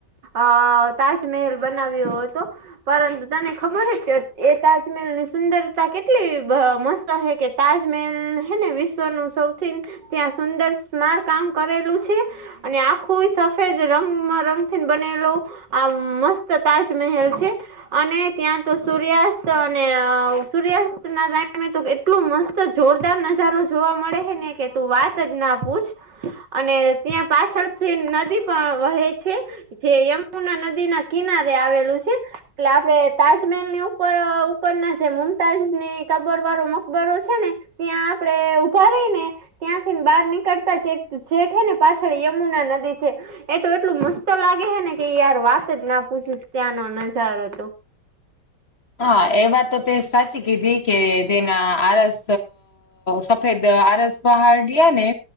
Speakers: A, on the right (about 80°); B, on the left (about 40°).
A: અ તાજમહેલ બનાવ્યો હતો પરંતુ તને ખબર છે કે એ તાજમહેલની સુંદરતા કેટલી મસ્ત કે તાજમહેલ હે ને વિશ્વનું સૌ ત્યાં સુંદર સમાર કામ કરેલું છે અને આખું સફેદ રંગમાં રંગ થી બનેલું આ મસ્ત તાજમહેલ છે અને ત્યાં તો સૂર્યાસ્ત અને સૂર્યાસ્ત ના ટમે એટલુ મસ્ત જોરદાર નજારો જોવા મળે હ ને કે તું વાત જ ના પૂછ અને ત્યાં પાછળથી નદી પણ વહે છે જે યમુના નદી ના કિનારે આવેલું છે એટલે આપડે તાજમહેલ ની ઉપર ઉપરના જે મુમતાજ ની કબર વાળો મકબરો છે ને ત્યાં આપડે ઉભા રહી ને ત્યાંથી ને બહાર નીકળતા છે જેઠે ને પાછળ યમુના નદી છે એ તો એટલું મસ્ત લાગે હે ને કે યાર વાત જ ના પૂછીશ ત્યાંનો નજારો તો
B: હા એ વાત તો તે સાચી કીધી કે તેના આરસ સફેદ આરસ, પહાડિયા ને